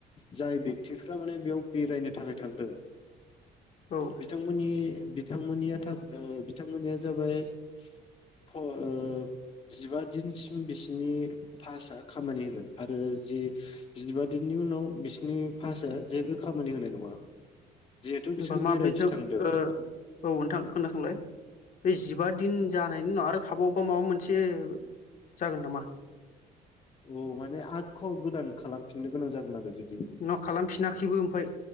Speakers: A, on the left (about 35°); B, on the left (about 55°).
A: जाय बेक्टिफ्रा माने बेयाव बेरायनो थाखाय थांदों।
B: होनबा
A: बिथांमोननि बिथांमोननिया थाग ओ बिथांमोननिया जाबाय फ ओ जिबा दिनसिम बिसिनि पासआ खामानि होगोन आरो जि जिबा दिननि उनाव बिसिनि पासआ जेबो खामानि होनाय नङा। जिहेथु बिसोर
B: होमबा माब्रैथो
A: बेरायनोसो
B: ओ
A: थांदों
B: औ ओनथां खोनासंलाय ओइ जिबा दिन जानायनि उनाव आरो थाबाव ख माबा मोनसे जागोन नामा?
A: औ माने आख' गोदान खालामफिननो गोनां जागोन आरो जों।
B: न' खालामफिनाखैबो ओमफाय।